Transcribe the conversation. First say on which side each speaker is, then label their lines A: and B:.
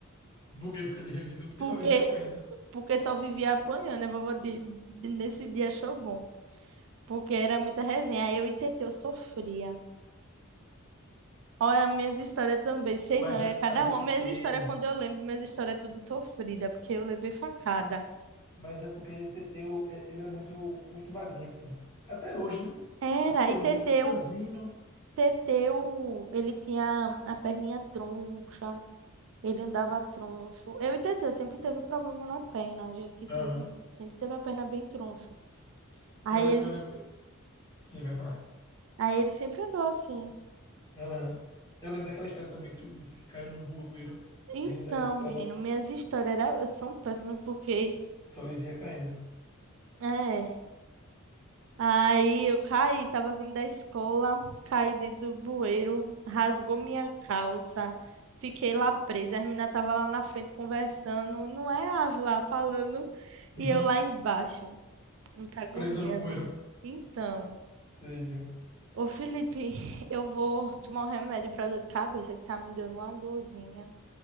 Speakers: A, on the left; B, on the right.
A: Por quê? Porque ele revidou, porque
B: porque,
A: só vivia apanhando, né?
B: porque só vivia apanhando. A vovó de, de- nesse dia achou bom, porque era muita resenha. Aí eu e Teteu sofria. Olha, minhas histórias também, sei
A: Mas
B: não, é
A: é,
B: cada
A: mas é
B: uma.
A: porque.
B: Minhas histórias, quando eu lembro, minhas histórias é tudo sofrida, porque eu levei facada.
A: Mas é porque Teteu, é- ele é muito, muito magrinho, pô. Até hoje, né?
B: Era,
A: Até hoje.
B: e Teteu,
A: Franzino.
B: Teteu, ele tinha a perninha troncha, ele andava troncho. Eu e Teteu sempre teve problema na perna, a gente
A: Aham.
B: teve, sempre teve a perna bem troncha. Aí
A: Eu, le-
B: ele,
A: eu lembro. Sim, vai falar.
B: aí ele sempre andou assim.
A: Aham. Eu lembro daquela história também que tu disse que caiu no bueiro,
B: Então,
A: vindo da escola,
B: menino, minhas histórias era, são péssimas, porque...
A: só vivia caindo.
B: É. Aí eu caí, tava vindo da escola, caí dentro do bueiro, rasgou minha calça, fiquei lá presa. As meninas estavam lá na frente conversando, não é Ave lá falando,
A: <laughs>
B: e
A: Uhum.
B: eu lá embaixo. Muita agonia,
A: Presa no bueiro.
B: velho. Então,
A: Senhor.
B: ô Felipe, <laughs> eu vou tomar um remédio pra dor de cabeça que tá me dando uma dorzinha.